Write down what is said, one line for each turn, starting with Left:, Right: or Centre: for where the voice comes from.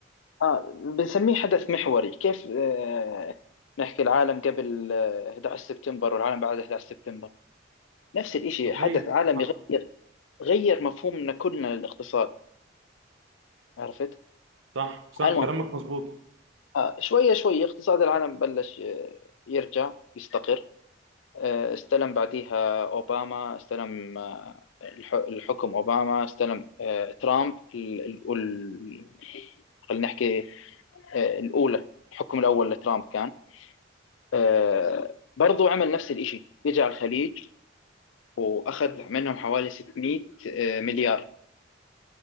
Left: آه. بنسميه حدث محوري كيف آه. نحكي العالم قبل آه، 11 سبتمبر والعالم بعد 11 سبتمبر نفس الإشي
Right: صحيح
Left: حدث عالمي
Right: صح
Left: غير غير مفهومنا كلنا للاقتصاد عرفت
Right: صح صح
Left: المهم
Right: كلامك مظبوط
Left: آه شوية شوية اقتصاد العالم بلش آه، يرجع يستقر آه استلم بعديها أوباما استلم آه الح- الحكم أوباما استلم آه ترامب ال- ال- ال- خلينا نحكي آه الأولى الحكم الأول لترامب كان آه برضو عمل نفس الإشي اجى على الخليج وأخذ منهم حوالي 600 آه، مليار